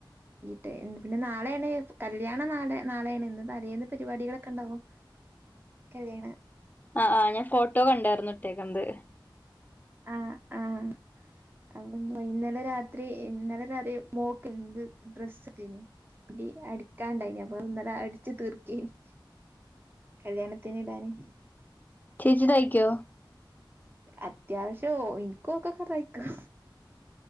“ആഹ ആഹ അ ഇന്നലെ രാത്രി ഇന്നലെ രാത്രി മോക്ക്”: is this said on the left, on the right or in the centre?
Right